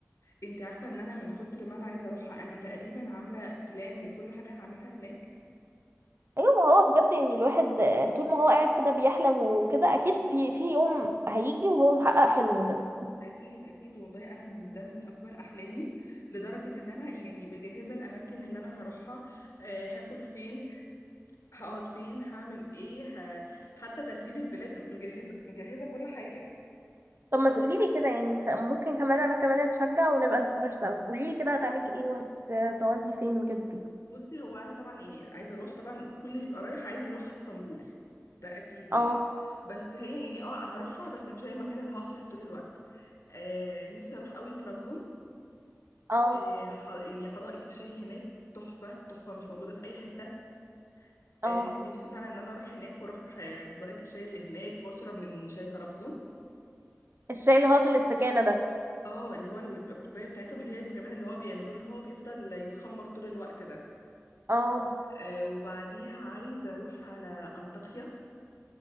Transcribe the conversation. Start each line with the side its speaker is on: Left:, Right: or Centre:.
Left: انت عارفة ان انا من كتر ما انا عايزة اروحها انا تقريبا عاملة بلان لكل حاجة هعملها هناك
Right: ايوه ما هو بجد يعني الواحد آه، طول ما هو قاعد كده بيحلم وكده اكيد في في يوم هيجي وهو محقق حلمه ده
Left: اكيد اكيد والله انا من ده من اكبر احلامي لدرجة ان انا يعني مجهزة الاماكن اللي انا هروحها آه هاكل فين هقعد فين هعمل ايه ه... حتى ترتيب البلاد مجهزة مجهزة كل حاجة
Right: طب ما تقولي لي كده يعني خ- ممكن كمان انا كمان اتشجع ونبقى نسافر سوا قولي لي كده هتعملي ايه وهتقعدي فين وكده
Left: بصي هو انا طبعا يعني عايزه اروح طبعا كل اللي بيبقى رايح عايز يروح اسطنبول ده اكيد يعني
Right: اه
Left: بس هي يعني اه هروحها بس مش هي المكان اللي هقعد فيها طول الوقت آه نفسي اروح قوي طرابزون
Right: اه
Left: آه ح- يعني حدائق الشاي هناك تحفه تحفه مش موجوده في اي حته
Right: اه
Left: آه نفسي فعلا ان انا اروح هناك واروح آه حدائق الشاي اللي هناك واشرب من شاي طرابزون
Right: الشاي اللي هو في الاستكانة ده
Left: اه اللي هو اللي بيبقى الكوبايه بتاعتهم اللي هي كمان اللي هو بيعملوه اللي هو بيفضل يتخمر طول الوقت ده
Right: اه
Left: آه وبعديها عايزه اروح على انطاكيا